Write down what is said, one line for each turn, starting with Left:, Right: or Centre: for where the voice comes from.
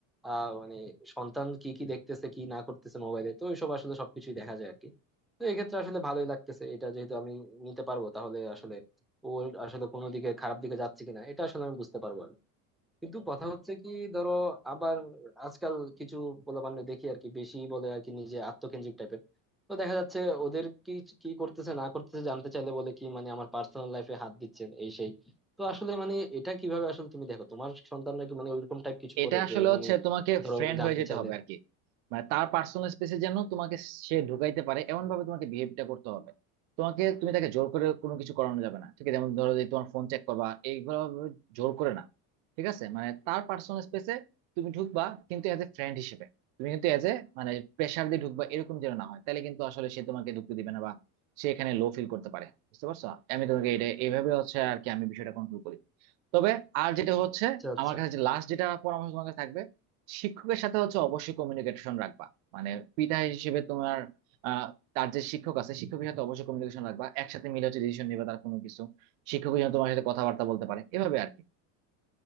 Centre: আহ মানে সন্তান কি কি দেখতেছে কি না করতেছে মোবাইলে তো এইসব আসলে সবকিছুই দেখা যায় আর কি তো এক্ষেত্রে আসলে ভালোই লাগতেছে এটা যেহেতু আমি নিতে পারবো তাহলে আসলে ওর আসলে কোনো দিকে খারাপ দিকে যাচ্ছে কিনা এটা আসলে আমি বুঝতে পারবো আর কি। কিন্তু কথা হচ্ছে কি ধরো আবার আজকাল কিছু পোলাপানরে দেখি আর কি বেশি বলে আর কি নিজে আত্মকেন্দ্রিক টাইপের তো দেখা যাচ্ছে ওদের কি কি করতেছে না করতেছে জানতে চাইলে বলে কি মানে আমার পার্সোনাল লাইফে হাত দিচ্ছেন এই সেই তো আসলে মানে এটা কিভাবে আসলে তুমি দেখো তোমার সন্তানরা কি মানে ওইরকম টাইপ কিছু
Right: এটা
Centre: করে
Right: আসলে
Centre: যে
Right: হচ্ছে
Centre: মানে
Right: তোমাকে
Centre: ধরো
Right: ফ্রেন্ড
Centre: জানতে
Right: হয়ে যেতে
Centre: চাইলে
Right: হবে আর কি মানে তার পার্সোনাল স্পেসে যেন তোমাকে সে ঢুকাইতে পারে এমন ভাবে তোমাকে বিহেভটা করতে হবে তোমাকে তুমি তাকে জোর করে কোনো কিছু করানো যাবে না ঠিক আছে যেমন ধরো যে তোমার ফোন চেক করবা এইগুলো জোর করে না ঠিক আছে মানে তার পার্সোনাল স্পেসে তুমি ঢুকবা কিন্তু এজ এ ফ্রেন্ড হিসেবে তুমি কিন্তু এজ এ মানে প্রেশার দিয়ে ঢুকবা এরকম যেন না হয় তাহলে কিন্তু আসলে সে তোমাকে ঢুকতে দিবে না বা সে এখানে লো ফিল করতে পারে বুঝতে পারছো আমি তোমাকে এটা এইভাবে হচ্ছে আর কি আমি বিষয়টা কন্ট্রোল করি তবে আর যেটা হচ্ছে
Centre: আচ্ছা আচ্ছা
Right: আমার কাছে যে লাস্ট যেটা পরামর্শ তোমার কাছে থাকবে শিক্ষকের সাথে হচ্ছে অবশ্যই কমিউনিকেশন রাখবা মানে পিতা হিসেবে তোমার আহ, তার যে শিক্ষক আছে শিক্ষকের সাথে অবশ্যই কমিউনিকেশন রাখবা একসাথে মিলে হচ্ছে ডিসিশন নিবে তার কোনো কিছু শিক্ষক যেন তোমার সাথে কথাবার্তা বলতে পারে এভাবে আর কি